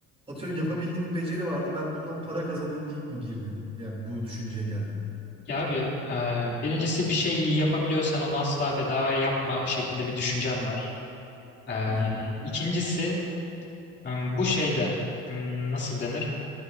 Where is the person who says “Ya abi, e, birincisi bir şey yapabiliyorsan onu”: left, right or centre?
Left